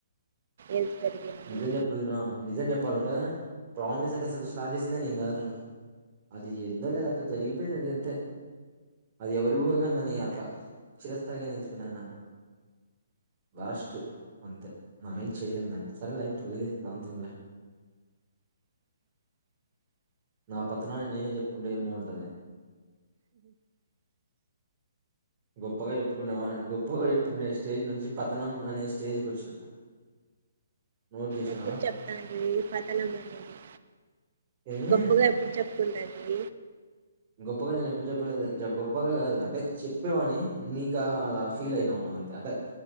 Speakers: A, on the right; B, on the right.
A: ఏజ్ పెరిగింది
B: నిజం చెప్పదు నా నిజం చెప్పాలంటే ప్రామిస్ అంటే అసల స్టార్ట్ చేసిందే నేను కాదు ఆ ఎందో లేద అట్లా జరిగిపోయింది అది అంతే అది ఎవరి ఊహ కి అందని అట్లా చిరస్థాయిగా నిలిచిపోయిన వరస్ట్ అంతే మనం ఏం చెయలేం నాా సరే లైట్ వదిలేంతేం లే నా పతనాన్ని నేనే చె ఉంటే ఏం బావుంటాది గొప్పగా చెప్పుకునే వాన్ గొప్పగా చెప్పుకునే స్టేజ్ నుంచి పతనం అనే స్టేజ్కి వచ్చిన నోట్ చేసినావా
A: ఎప్పుడు చెప్తాంది పతనం అనేది
B: ఏమి
A: గొప్పగా ఎప్పుడు చెప్పుకుంటాది.
B: గొప్పగా నేను ఎప్పుడు చెప్పలేదు ఛ గొప్పగా కాదు అంటే చెప్ చెప్పేవాని నీకా అలా ఫీల్ అయ్నావ్ అంతే అంటే